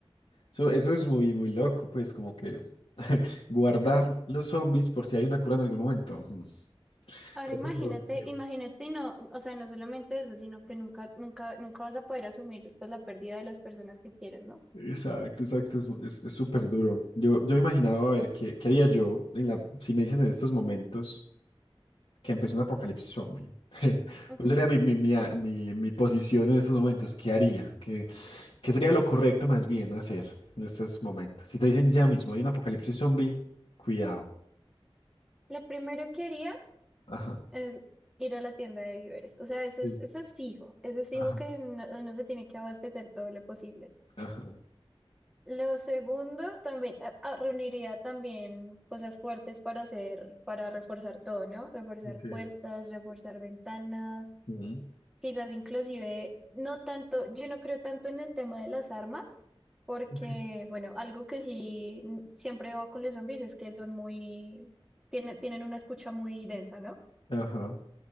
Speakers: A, on the left; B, in the centre.
A: Eso, eso es muy, muy loco, pues como que <laughs> guardar los zombies por si hay una cura en algún momento. Ujú.
B: Ahora
A: Poco
B: imagínate,
A: productivo.
B: imagínate y no, o sea, no solamente eso, sino que nunca, nunca, nunca vas a poder asumir pues la pérdida de las personas que quieres, ¿no?
A: Exacto, exacto, es es- es súper duro. Yo, yo imaginaba, a ver, ¿qué, qué haría yo en la, si me dicen en estos momentos que empezó un apocalipsis zombie? <laughs>
B: Ujú.
A: ¿Cuál sería mi, mi, mi, a- mi- mi posición en estos momentos? ¿Qué haría? ¿Qué, qué sería lo correcto más bien hacer en estos momentos? Si te dicen ya mismo hay un apocalipsis zombie, cuidado.
B: Lo primero que haría
A: Ajá,
B: es ir a la tienda de víveres. O sea, eso
A: Sí.
B: es, eso es fijo, eso es fijo
A: Ajá.
B: que no, uno se tiene que abastecer todo lo posible.
A: ajá.
B: Lo segundo, también a- a- reuniría también cosas fuertes para hacer, para reforzar todo, ¿no? Reforzar
A: Ok,
B: puertas, reforzar ventanas,
A: Mm.
B: quizás inclusive, no tanto, yo no creo tanto en el tema de las armas, porque,
A: ok.
B: bueno, algo que sí mm, siempre va con los zombies es que son muy, tienen, tienen una escucha muy densa, ¿no?
A: Ajá.